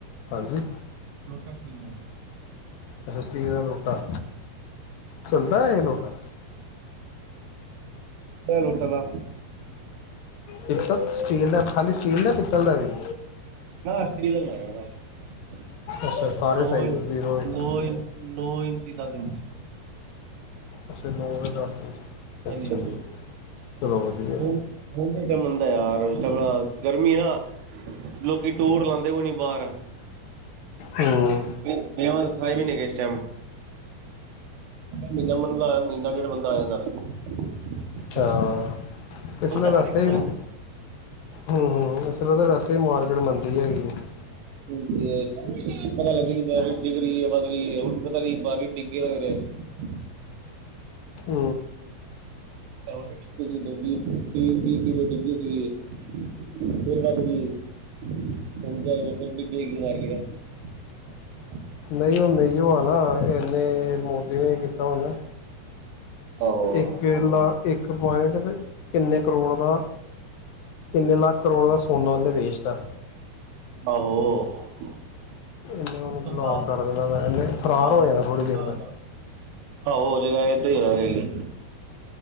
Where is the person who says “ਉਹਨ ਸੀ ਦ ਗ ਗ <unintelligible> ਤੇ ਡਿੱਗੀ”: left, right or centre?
Right